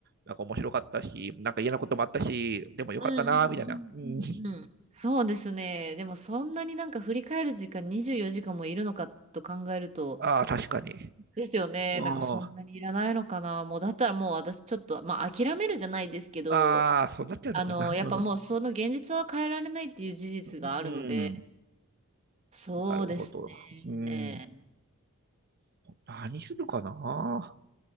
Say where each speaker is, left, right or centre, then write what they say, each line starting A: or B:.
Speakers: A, on the right; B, on the right.
A: なんか面白かったし、なんか嫌なこともあったし、でもよかったなみたいな。
B: うんうんうんうんうん。
A: うん、
B: そうですね。でもそんなになんか振り返る時間24時間もいるのかと考えると、
A: ああ、確かに。
B: ですよね。
A: うん、
B: なんかそんなにいらないのかな。もうだったらもう私ちょっと、まあ諦めるじゃないですけど、
A: ああ、そうなっちゃうのかな。
B: あの、やっぱもうその現実は変えられないっていう事実があるので、
A: うん、うん
B: そうですね。
A: なるほど。うん、何するかな